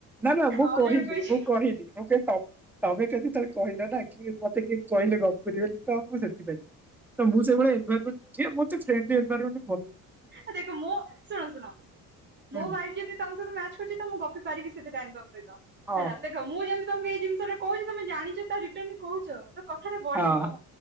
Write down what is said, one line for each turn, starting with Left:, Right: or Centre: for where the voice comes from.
Centre: ନା ନା ମୁଁ
Right: ଆଉ
Centre: କହିଲି
Right: ଜଣେ କହିଛି
Centre: ମୁଁ କ କହିବି ମୁଁ କିନ୍ ତମ୍ ତମେ କେମିତି କହିଲ ନା କି ମତେ କିଏ କହିଲେ ଗ ରିଏଲ ତ ମୁଁ ସେଥିପାଇଁ ତ ମୁଁ ସେଇଭଳିଆ ଏନଭାରମେଣ୍ଟ୍ ଯିଏ ମୋତେ ଫ୍ରେଣ୍ଡଲି ଏନଭାରମେଣ୍ଟ୍
Right: ଆ ଦେଖ ମୋ ଶୁଣ ଶୁଣ
Centre: ହୁଁ
Right: ମୋ ଭାଇ ଯେଦି ତମ ସହିତ ମ୍ୟାଚ୍ କରୁଛି ତ ମୁଁ ଗପି ପାରିବି ସେତେ ଟାଇମ୍ ତମ ସହିତ
Centre: ହଁ
Right: ହେଲା
Centre: ହଁ
Right: ଦେଖ୍ ଖ ମୁଁ ଯେମିତି ତମକୁ ଏଇ ଜିନିଷରେ କହୁଚି ତମେ ଜାଣିଚ ତା ରିଟର୍ନରେ କହୁଚ? ତ କଥାଟା
Centre: ହଁ
Right: ବଢିବ।
Centre: ହଁ ହଁ